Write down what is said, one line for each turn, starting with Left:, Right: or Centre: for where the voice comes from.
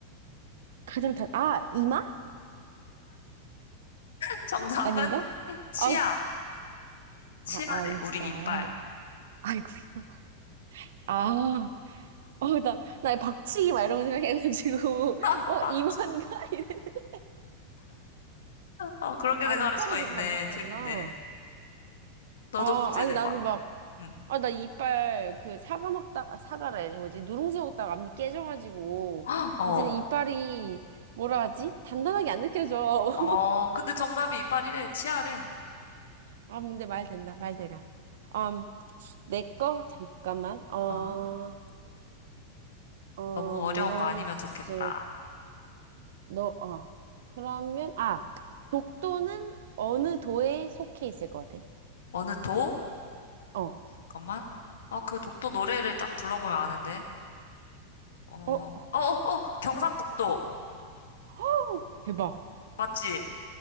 Right: 가장 단, 아, 이마?
Left: <laughs> 정답은
Right: 아닌가?
Left: 치아.
Right: 아,
Left: 치아래.
Right: 아, 아, 이빨.
Left: 우리 이빨.
Right: <laughs> 아이고야. 아, 어, 나, 나 박치기 막 이런 거 생각해가지고, <laughs>
Left: <laughs>
Right: 어,
Left: 빡.
Right: 이마인가? 이랬는데.
Left: 어, 그렇게
Right: 아,
Left: 생각할
Right: 이빨이
Left: 수가
Right: 그렇게
Left: 있네.
Right: 단단하구나.
Left: 재밌네. 너도
Right: 아,
Left: 문제
Right: 아니,
Left: 내봐.
Right: 나는 막,
Left: 응.
Right: 아, 나 이빨, 그, 사과 먹다가, 사과라 해야지, 뭐지? 누룽지 먹다가 앞니 깨져가지고,
Left: 어.
Right: 이제 이빨이, 뭐라 하지? 단단하게 안 느껴져. <laughs>
Left: 어, 근데 정답이 이빨이래. 치아래.
Right: 아, 근데 말 된다, 말 되라. 음, 내 거? 잠깐만. 어,
Left: 어,
Right: 어,
Left: 너무 어려운
Right: 뭐가
Left: 거 아니면
Right: 있을,
Left: 좋겠다.
Right: 너, 어. 그러면, 아, 독도는 어느 도에 속해 있을 것 같아?
Left: 어느 도?
Right: 어,
Left: 잠깐만. 아, 그 독도 노래를 딱 불러보면 아는데. 어,
Right: 어,
Left: 어, 어, 어, 경상북도.
Right: <laughs> 대박.
Left: 맞지?